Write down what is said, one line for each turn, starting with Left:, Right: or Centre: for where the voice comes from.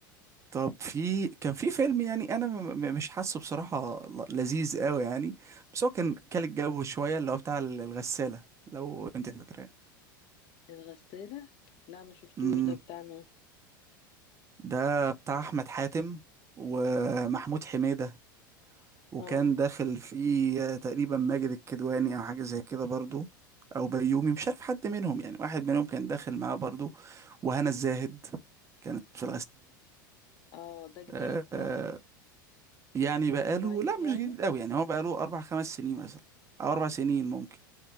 Right: طب في كان في فيلم يعني انا م- م- مش حاسه بصراحة ل- لذيذ قوي يعني بس هو كان كان الجو شوية اللي هو بتاع ال- الغسالة لو انت فاكراه
Left: الغسالة لا ما شفتوش
Right: امم
Left: ده بتاع مين
Right: ده بتاع احمد حاتم ومحمود حميدة وكان
Left: اه
Right: داخل فيه تقريبا ماجد الكدواني او حاجة زي كده برضو او بيومي مش عارف حد منهم يعني واحد منهم كان داخل معاه برضو وهنا الزاهد كانت في
Left: اه ده جديد
Right: الغسالة
Left: صح
Right: يعني بقاله
Left: قريب
Right: لا مش
Left: يعني
Right: جديد قوي يعني هو بقاله اربع خمس سنين مثلا او اربع سنين ممكن